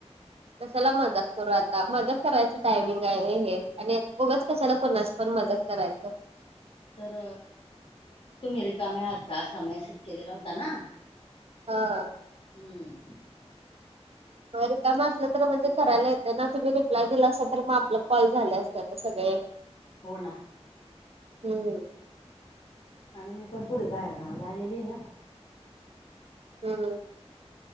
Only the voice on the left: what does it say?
तर तुम्ही रिकामे आहात का असा मॅसेज केलेला होता ना?
हम्म.
हो ना
आणि मी पण थोडी बाहेर गावाला आलेली आहे ना.